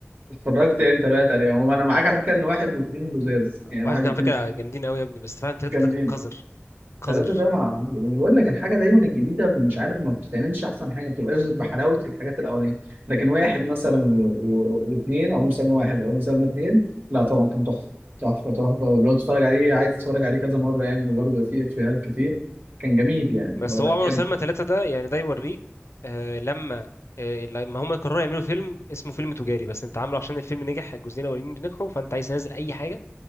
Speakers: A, on the right; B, on the left.
A: اتفرجت يعني تابعت عليها هو انا معاك على فكره ان واحد واثنين لزاز يعني
B: واحد
A: واحد
B: منهم
A: واثنين
B: على فكره جامدين قوي يا ابني بس فعلا ثلاثه
A: جامدين
B: ده كان قذر قذر
A: ثلاثة ده مع يعني بقول لك الحاجة دايما الجديدة مش عارف ما بتتعملش أحسن حاجة ما بتبقاش بحلاوة الحاجات الأولانية لكن واحد مثلا و- و- واتنين أو مسلمة واحد أو مسلمة اتنين لا طبعا كان تحفة تحفة تحفة لو تتفرج عليه عايز تتفرج عليه كذا مرة يعني وبرضه فيه إفيهات كتير كان جميل يعني
B: بس
A: لو
B: هو
A: هتحب
B: عمر وسلمى ثلاثه ده يعني ده يوريك آه لما آه لما هم قرروا يعملوا فيلم اسمه فيلم تجاري بس انت عامله عشان الفيلم نجح الجزئين الاولانيين نجحوا فانت عايز تنزل اي حاجه